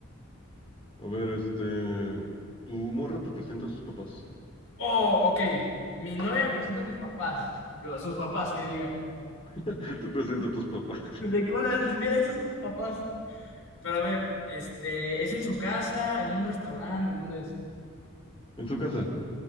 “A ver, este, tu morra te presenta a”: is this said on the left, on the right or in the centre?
Left